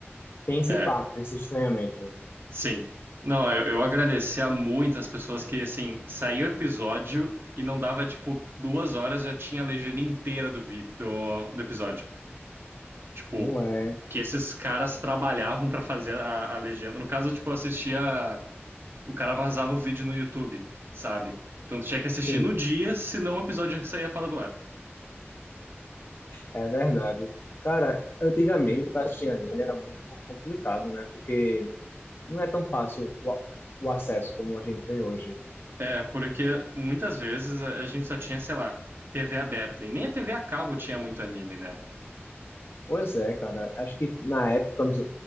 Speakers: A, on the left; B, on the right.
A: tem esse
B: É,
A: impacto, esse estranhamento.
B: sim. Não, eu, eu agradeci a muitas pessoas que, assim, saiu o episódio e não dava, tipo, duas horas, já tinha a legenda inteira do vídeo, do, do episódio. Tipo,
A: Não é?
B: que esses caras trabalhavam pra fazer a, a legenda. No caso, tipo, eu assistia. O cara vazava o vídeo no YouTube, sabe? Então tu tinha que assistir
A: Sim,
B: no dia, senão o episódio já saía fora do ar.
A: é verdade. Cara, antigamente pra assistir anime era muito complicado, né? Porque não é tão fácil o, a- o acesso como a gente tem hoje.
B: É, porque muitas vezes a a gente só tinha, sei lá, TV aberta. E nem a TV a cabo tinha muito anime, né?
A: Pois é, cara. Acho que na época, nos